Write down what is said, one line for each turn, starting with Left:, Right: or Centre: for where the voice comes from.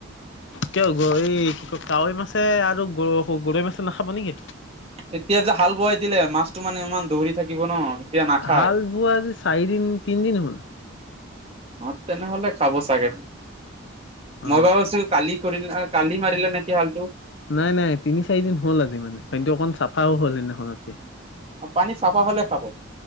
Left: কিয় গ' এই কাৱৈ মাছে আৰু গ-গৰৈ মাছে নাখাব নেকি?
Right: এতিয়া যে হাল বোৱাই দিলে, মাছটো মানে ইমান দৌৰি থাকিব ন'। এতিয়া নাখায়।
Left: হাল বোৱা আজি চাৰিদিন, তিনদিন হ'ল।
Right: অহ, তেনেহ'লে খাব চাগে,
Left: অ
Right: মই ভাবিছোঁ কালি কৰিল নহয়, কালি মাৰিলে নেকি হালটো।
Left: নাই, নাই, তিনি চাৰি দিন হ'ল আজি মানে পানীটো অকণ চাফাও হ'ল সেইদিনাখনতকে।
Right: পানী চাফা হ'লে খাব,